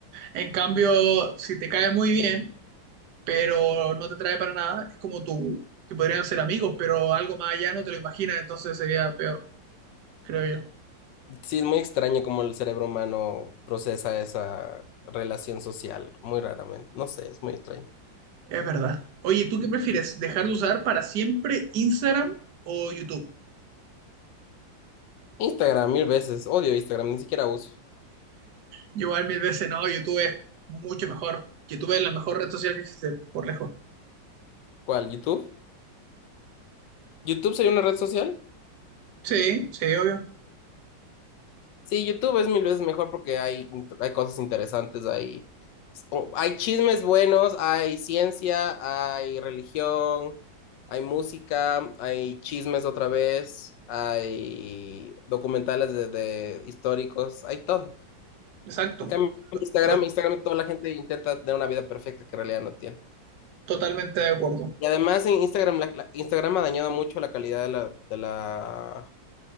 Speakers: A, on the right; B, on the left.
A: En cambio, si te cae muy bien, pero no te trae para nada, es como tú, que podrían ser amigos, pero algo más allá no te lo imaginas, entonces sería peor, creo yo.
B: Sí, es muy extraño cómo el cerebro humano procesa esa relación social, muy raramente. No sé, es muy extraño.
A: Es verdad. Oye, ¿tú qué prefieres? ¿Dejar de usar para siempre Instagram o YouTube?
B: Instagram, mil veces. Odio Instagram, ni siquiera uso.
A: Yo igual mil veces no, YouTube es mucho mejor. YouTube es la mejor red social que existe, por lejos.
B: ¿Cuál? ¿YouTube? ¿YouTube sería una red social?
A: Sí, sí, obvio.
B: Sí, YouTube es mil veces mejor porque hay, int- hay cosas interesantes, hay, o- hay chismes buenos, hay ciencia, hay religión, hay música, hay chismes otra vez, hay documentales de, de históricos, hay todo.
A: Exacto.
B: En cambio, Instagram,
A: Lo que-
B: Instagram, toda la gente intenta tener una vida perfecta que en realidad no tiene.
A: totalmente de acuerdo.
B: Y además en Instagram, la- la- Instagram ha dañado mucho la calidad de la, de la,